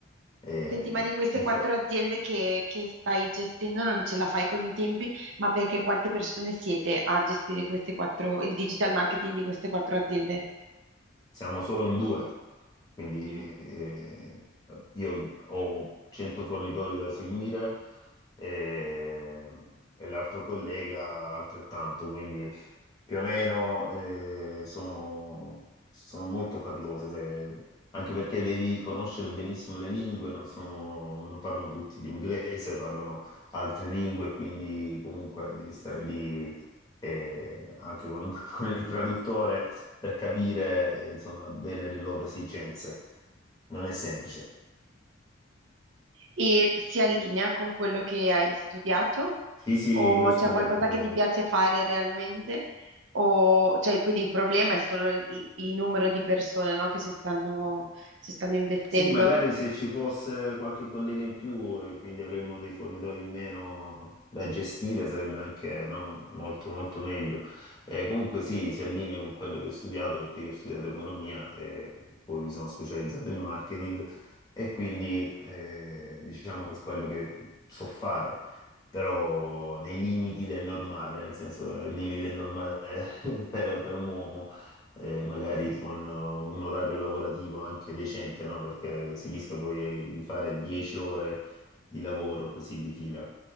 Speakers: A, on the left; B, on the right.
A: E,
B: senti, ma di queste
A: infa-
B: quattro aziende che, che stai gestendo non ce la fai con i tempi, ma perché quante persone siete a gestire queste quattro, il digital marketing di queste quattro aziende?
A: siamo solo in due, quindi
B: Mhm.
A: eh, io ho 100 fornitori da seguire e, e l'altro collega altrettanto, quindi più o meno eh, sono, sono molto faticose, le- anche perché devi conoscere benissimo le lingue, non sono- non parlano tutti l'inglese, parlano altre lingue, quindi comunque devi stare lì eh, anche con, <laughs> con il traduttore per capire eh, insomma, bene le loro esigenze. Non è semplice.
B: E si allinea con quello che hai studiato?
A: Sì, sì, io
B: O
A: ho studiato
B: c'è qualcosa che ti piace fare realmente? O, cioè, quindi il problema è solo il, il numero di persone, no, che si stanno, si stanno investendo?
A: Sì, magari se ci fosse qualche collega in più e quindi avremmo dei fornitori in meno da gestire sarebbe anche no, molto molto meglio. Eh, comunque sì, si allinea con quello che ho studiato perché io ho studiato economia e poi mi sono specializzato in marketing e quindi eh, diciamo che è quello che so fare, però nei limiti del normale, nel senso nei limiti del normale <laughs> per per un uomo eh, magari con eh, un orario lavorativo anche decente, no? Perché si rischia poi di fare 10 ore di lavoro così di fila